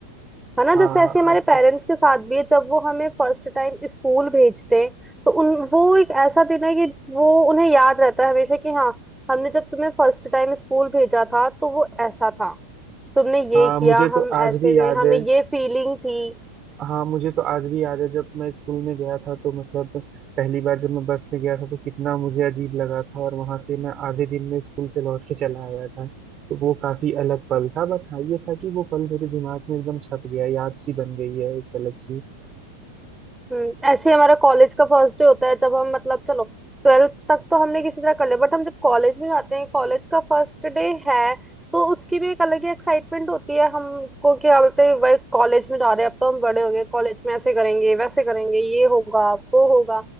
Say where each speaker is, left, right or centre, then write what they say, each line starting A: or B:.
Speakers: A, in the centre; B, on the right.
A: है ना
B: हाँ
A: जैसे ऐसे हमारे
B: अब-
A: पेरेंट्स के साथ भी है जब वो हमें फर्स्ट टाइम स्कूल भेजते हैं तो उन वो एक ऐसा दिन है कि वो उन्हें याद रहता है हमेशा कि हाँ हमने जब तुम्हें फर्स्ट टाइम स्कूल भेजा था तो वो ऐसा था तुमने ये
B: हाँ
A: किया
B: मुझे तो
A: हम
B: आज
A: ऐसे
B: भी
A: हुए
B: याद
A: हमें
B: है
A: ये फीलिंग थी
B: हाँ मुझे तो आज भी याद है जब मैं स्कूल में गया था तो मतलब पहली बार जब मैं बस में गया था तो कितना मुझे अजीब लगा था और वहां से मैं आधे दिन में स्कूल से लौट के चला आया था तो वो काफी अलग पल था बट हाँ ये था कि वो पल मेरे दिमाग में एकदम छप गया याद सी बन गई है एक अलग सी
A: हम्म ऐसे हमारा कॉलेज का फर्स्ट डे होता है जब हम मतलब चलो ट्वेल्थ तक तो हमने किसी तरह कर लिया बट हम जब कॉलेज में जाते हैं कॉलेज का फर्स्ट डे है तो उसकी भी एक अलग ही एक्साइटमेंट होती है हमको क्या बोलते हैं भाई कॉलेज में जा रहे हैं अब तो हम बड़े हो गए कॉलेज में ऐसे करेंगे वैसे करेंगे ये होगा वो होगा